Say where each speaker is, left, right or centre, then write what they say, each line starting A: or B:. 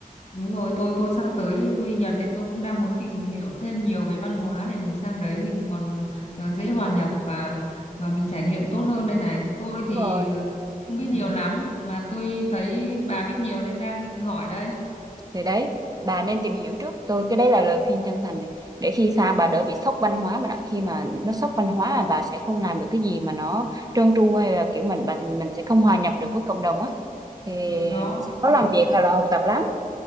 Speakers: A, on the left; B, on the right.
A: đúng rồi tôi tôi sắp tới tôi đi Nhật nên tôi cũng đang muốn tìm hiểu thêm nhiều về văn hóa để mình sang đấy mình còn ờ, dễ hòa nhập và và mình trải nghiệm tốt hơn đây này tôi
B: Đúng
A: thì
B: rồi.
A: ờ, không biết nhiều
B: Ừ.
A: lắm mà tôi thấy bà biết nhiều nên đang định hỏi đây
B: Thì đấy, bà nên tìm hiểu trước. Tôi cái đấy là lời khuyên chân thành này. Để khi sang bà đỡ bị sốc văn hóa mà đã. Khi mà nó sốc văn hóa là bà sẽ không làm được cái gì mà nó trơn tru hay là kiểu mình mình mình sẽ không hòa nhập được với cộng đồng á. Thì
A: ừ đó
B: mình sẽ khó làm
A: thì
B: việc hoặc là học tập lắm.